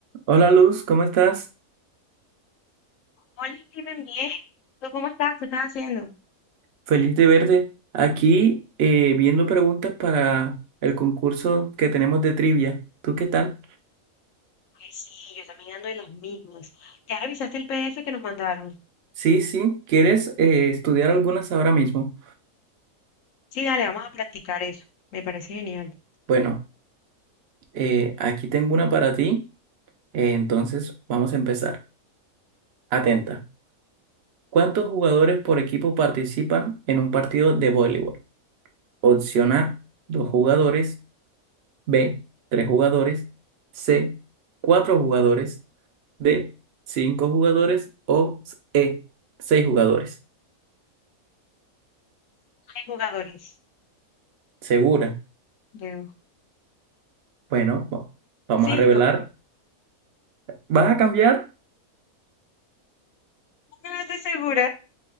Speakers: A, on the right; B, on the left.
A: Hola Luz, ¿cómo estás?
B: Hola, Steven, bien. ¿Tú cómo estás? ¿Qué estás haciendo?
A: Feliz de verte. Aquí eh, viendo preguntas para el concurso que tenemos de trivia. ¿Tú qué tal?
B: Ay, sí, yo también ando de las mismas. ¿Ya revisaste el PDF que nos mandaron?
A: Sí, sí. ¿Quieres eh, estudiar algunas ahora mismo?
B: Sí, dale, vamos a practicar eso. Me parece genial.
A: Bueno, eh, aquí tengo una para ti. eh, entonces vamos a empezar. Atenta. ¿Cuántos jugadores por equipo participan en un partido de voleibol? Opción A, dos jugadores. B, tres jugadores. C, cuatro jugadores. de cinco jugadores o E, seis jugadores.
B: Hay jugadores,
A: ¿Segura?
B: creo.
A: Bueno, va- vamos
B: Cinco.
A: a revelar. ¿Vas a cambiar?
B: No estoy segura.